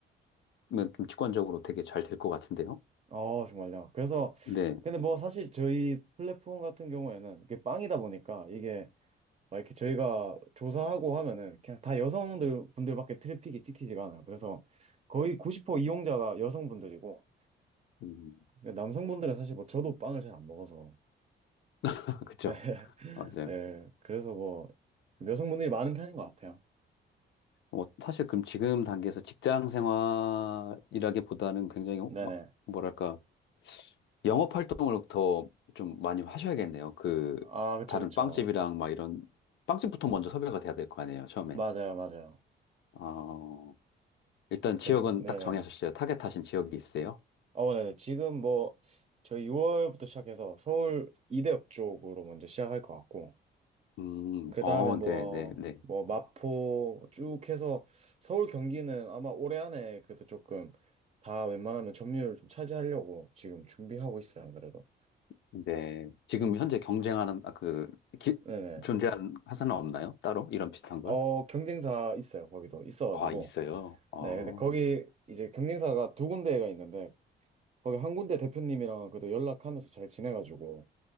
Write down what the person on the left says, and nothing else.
뭐, 좀 직관적으로 되게 잘 될 것 같은데요?
네,
음,
<laughs> 그쵸.
맞아요.
뭐 사실 그럼 지금 단계에서 직장 생활이라기보다는 굉장히 어,
막, 뭐랄까, 영업 활동을 더 좀 많이 하셔야겠네요. 그,
다른
빵집이랑 막 이런, 빵집부터 먼저 섭외가 돼야 될 거 아니에요, 처음엔.
아 일단
지역은
딱 정하셨어요. 타겟하신 지역이 있으세요?
음,
어,
네, 네, 네.
네. 지금 현재 경쟁하는, 아, 그, 기,
존재하는 회사는 없나요? 따로? 이런 비슷한 걸?
아, 있어요. 어,